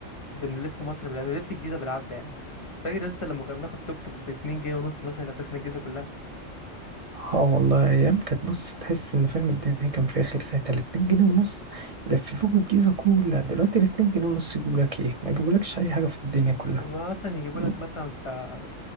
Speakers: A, on the left; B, on the right.
A: بنلف مصر بالعافيه بنلف الجيزه بالعافيه يا عم فاكر يا اسطى لما كنا بناخد توك توك ب 2 جنيه ونص مثلا لففنا الجيزه كلها
B: اه والله أيام كانت بص تحس إن فاهم الدنيا كان فيها خير ساعتها الاتنين جنيه ونص لففوك الجيزة كلها دلوقتي الاتنين جنيه ونص يجيبولك ايه ما يجيبولكش أي حاجة في الدنيا كلها
A: ما مثلا يجيبوا
B: م-
A: لك مثلا بتاع